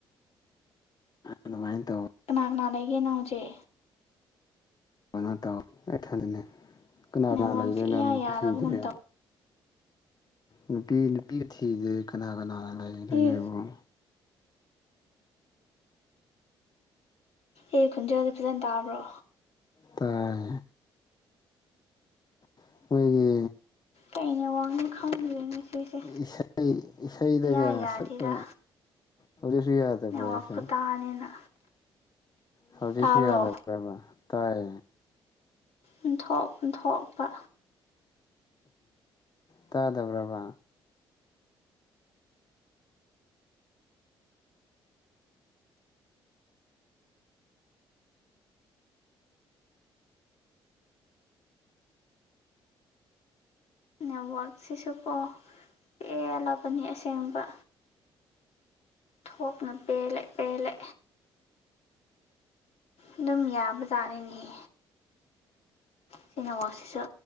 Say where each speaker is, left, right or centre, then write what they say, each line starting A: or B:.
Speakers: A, on the left; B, on the left.
A: ꯑꯗꯨꯃꯥꯏꯅ ꯇꯧ
B: ꯀꯅꯥ ꯀꯅꯥ ꯂꯩꯒꯦꯅꯣ ꯍꯧꯖꯤꯦ
A: ꯅ ꯇ ꯀꯅꯥ ꯀꯅꯥ
B: ꯅꯦꯠꯋꯥꯛꯁꯦ
A: ꯂꯩꯔꯦꯅ
B: ꯏꯌꯥ ꯌꯥꯗꯕꯒꯨꯝ
A: ꯊꯤꯗ꯭ꯔꯦ
B: ꯇꯧ
A: ꯅꯨꯄꯤ ꯅꯨꯄꯤ ꯊꯤꯤꯁꯦ ꯀꯅꯥ ꯀꯅꯥ ꯂꯩꯗꯣꯏꯅꯣꯕ
B: ꯑꯩ ꯑꯦ ꯈꯨꯣꯟꯖꯦꯜꯁꯦ ꯐꯖꯅ ꯇꯥꯕ꯭ꯔꯣ
A: ꯇꯥꯏ ꯑꯩꯈꯣꯏꯒꯤ
B: ꯀꯩ ꯅꯦꯠꯋꯥꯛꯅꯣ ꯈꯪꯗ꯭ꯔꯦ ꯉꯁꯤꯁꯦ
A: ꯏꯁꯩ ꯏꯁꯩꯗꯒ
B: ꯏꯌꯥ ꯌꯥꯗꯦꯗ
A: ꯁꯛꯄ ꯍꯧꯗꯁꯨ ꯌꯥꯦ
B: ꯅꯦꯠꯋꯥꯛ
A: ꯄ꯭ꯔꯦꯁꯦ
B: ꯈꯨꯇꯥꯅꯤꯅ
A: ꯍꯧꯖꯤꯛꯁꯨ
B: ꯇꯥꯕ꯭ꯔꯣ
A: ꯌꯥꯗ꯭ꯔꯕ ꯇꯥꯏ
B: ꯣꯛꯟ ꯊꯣꯛꯣꯛꯄ
A: ꯇꯥꯗꯕ꯭ꯔꯕ
B: ꯅꯦꯠꯋꯥꯛꯛꯁꯤꯁꯨꯀꯣ ꯄꯦꯜꯂꯕꯅꯤ ꯑꯁꯦꯡꯕ ꯊꯣꯛꯣꯛꯅ ꯄꯦꯜꯂ ꯄꯦꯜꯂ ꯑꯗꯨꯝ ꯌꯥꯕꯖꯥꯅꯤꯅꯤꯍ ꯆꯅꯦꯃꯥꯁꯤꯁꯨ